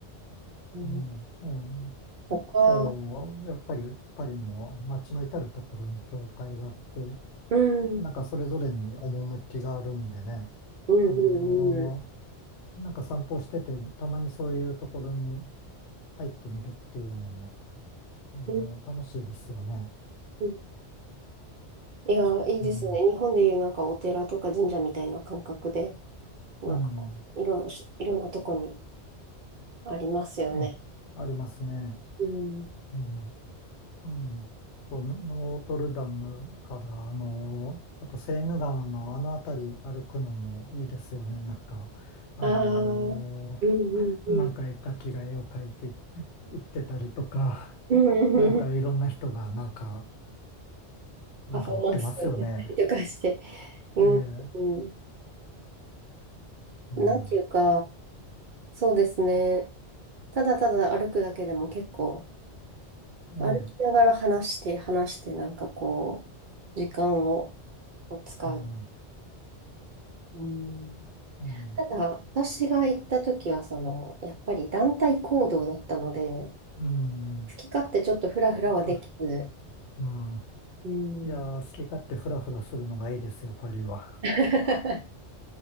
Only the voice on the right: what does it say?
うん、
他、
うん、
うん、うん、
う
ん。うんいや、いいですよね。
日本でいうなんかお寺とか神社みたいな感覚で、なんか、
いろ、いろんなとこにありますよね。
うん。
ああ、うん、うん、うん。うん
パフォーマンス <laughs> とかして。うん、
うん
なんていうか、そうですね。ただただ歩くだけでも結構、
歩きながら話して、話して、なんかこう、時間を、を使う。
うん
ただ、私が行った時は、その、やっぱり団体行動だったので、好
き勝手ちょっとフラフラはできず、
うん
<laughs> や